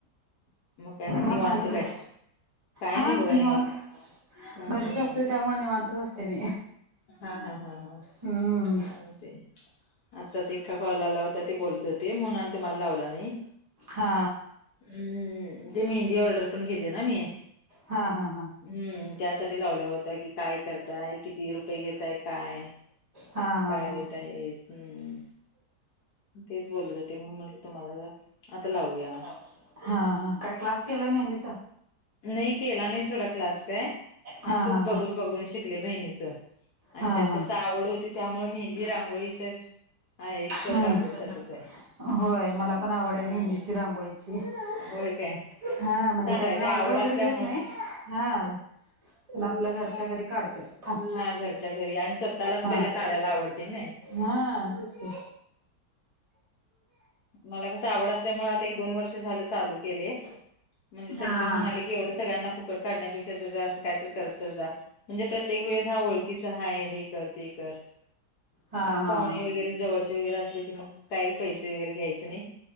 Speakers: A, on the left (about 75°); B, on the right (about 25°).
A: काय आणि निवांत
B: मग आनी काय,
A: काय
B: हा
A: नाही बघा
B: निवांत.
A: हां,
B: घरीच
A: हां.
B: असतोय, त्यामुळं निवांतच असते मी.
A: हाहा, हाहा,
B: हम्म
A: चालतंय. आताच एका कॉल आला होता, ते बोलत होते म्हणून अन तुम्हाला लावला नाई.
B: हा
A: हम्म, ते मेहंदी ऑर्डर पण घेते ना मी.
B: हा हा हा.
A: हम्म, त्यासाठी लावला होता की, काय करताय, किती रुपये घेताय काय?
B: हा
A: काय
B: हा
A: रेट आहेत? हम्म, तेच बोलत होती, म्हणून म्हणलं तुम्हाला जरा, आता लावूया.
B: हा हा, काय क्लास केलाय मेंदीचा?
A: नाही केला नाही सोडा क्लास काय
B: हा
A: असंच
B: हा
A: बघून
B: हा.
A: बघून शिकले बहिणीचं आणि
B: हा
A: त्यात
B: हा,
A: कसं आवड होती त्यामुळे मेहंदी रांगोळी तर आहे एक्सपर्ट
B: हम्म.
A: असल्यासारखंच आहे
B: होय, मला पण आवड
A: ह
B: ए, मेहंदीची, रांगोळीची. हा,
A: होय काय
B: म्हणजे
A: चांगलंय
B: काही मी
A: ते
B: ऑर्डर
A: आवड
B: वगैरे
A: असल्यामुळे
B: घेत नाई, हा. पण आपलं, घरच्या घरी काढतोय. थांब
A: हा, घरच्या घरी आणि स्वतःलाच
B: हा
A: पहिला काढायला आवडतं नं.
B: हा, तेच की.
A: मला कसं आवड असल्यामुळं, आता एक दोन वर्ष झालं चालू केलंय. म्हणजे सगळे
B: हा
A: जण
B: हा
A: म्हणाले की, एवढं सगळ्यांना फुकट काढण्यापेक्षा, असं काय तर करत तर जा. म्हणजे प्रत्येक वेळेस हा होय तिचं हाय, हे कर ते कर,
B: हा
A: मग
B: हा
A: पाहुणे
B: हा
A: वगैरे जवळचे -चे वगैरे असले की मग काय? -चे वगैरे घ्यायचं नाई,